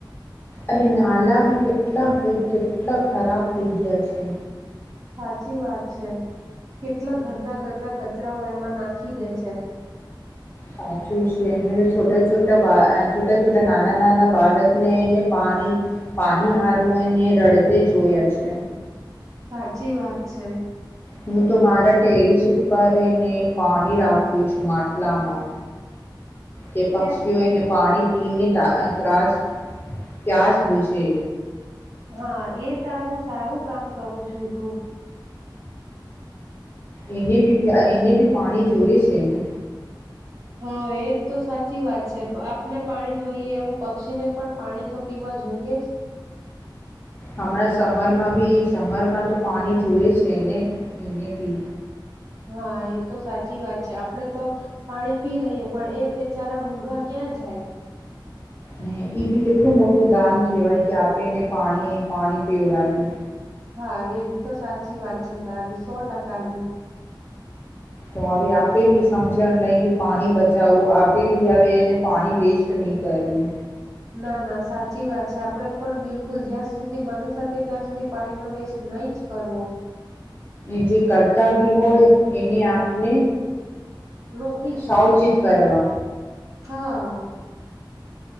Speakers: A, on the left; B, on the right.
A: અરે નલાા બ કેટલા કેટલા ખરાબ થઈ ગયા છે
B: સાચી વાત છે, કેટલા ગંદા ગંદા કચરાઓ એમાં નાખી દે છે
A: સાચું છે, મે છોટા છુટ <unintelligible> બા છટ છટ છોટ, નાના નાના બાળકને એને પાણી પાણી હારું હું એને રડતે જોયા છે
B: સાચી વાત છે
A: હું તો મારા ટેરિસ ઉપરને પાણી રાખું છું માટલામાં કે પક્ષીઓ
B: કેમ
A: એને પાણી પી ત ત્રાસ પ્યાસ બૂઝે.
B: હા એ તારું સારું કામ કરું છું તું.
A: એને બી એને બી પાણી જોય છે ને.
B: હા એજ તો સાચી વાત છે આપને પાણી જોઈએ એવું પક્ષીને પણ પાણી તો પીવા જોઈએ જ.
A: હમણાં સમરમાં બી સમરમાં તો પાણી જુએ છે ને એને બી.
B: હા એ તો સાચી વાત છે આપડે તો, પાણી પી લઈએ પણ એ બેચારા મુઘા ક્યાં જાય?
A: હ એ બી કેટલું મોટું દાન કેહેવાય કે આપે એને પાણી પાણી પીવડાવી.
B: હા એ તો સાચી વાત છે તારી સો ટકાની
A: તો હવે આપે બી સમજણ લઈ કે પાણી બચાવવો આપે બી હવે, એને પાણી વેસ્ટ નહી કરી
B: ના ના સાચી વાત છે આપણેે પણ બિલકુલ જ્યાં સુધી બની શકી ત્યાં સુધી પાણીનો વેસ્ટ નહી જ કરવો.
A: જે કરતા બી હોય એને આપને.
B: રોકીશું
A: સાવચિત કરવા.
B: હા